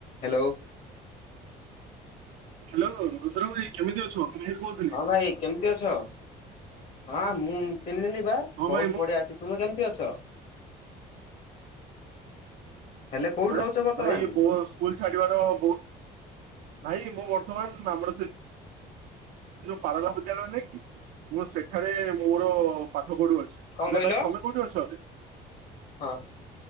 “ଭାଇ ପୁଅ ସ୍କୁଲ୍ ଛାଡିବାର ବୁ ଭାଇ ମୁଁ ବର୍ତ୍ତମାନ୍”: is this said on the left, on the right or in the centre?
Right